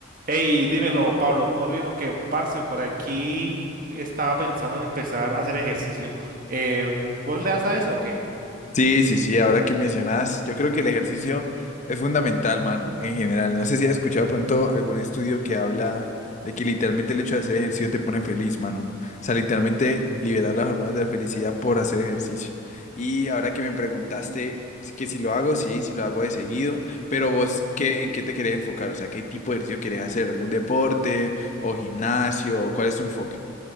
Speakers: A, on the right; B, on the left.
A: Hey, dímelo, Pablo, ¿todo bien o qué? Parce, por aquí estaba pensando en empezar a hacer ejercicio. Eh, ¿vos le das a eso o qué?
B: Sí, sí, sí, ahora que mencionas, yo creo que el ejercicio es fundamental, mano, en general. No sé si has escuchado pronto algún estudio que habla de que literalmente el hecho de hacer ejercicio te pone feliz, mano. O sea, literalmente liberar las hormonas de la felicidad por hacer ejercicio. Y ahora que me preguntaste si- que si lo hago, sí, si lo hago de seguido, pero vos, ¿qué, en qué te querés enfocar? O sea, ¿qué tipo de ejercicio querés hacer? ¿Algún deporte o gimnasio? ¿Cuál es tu enfoque?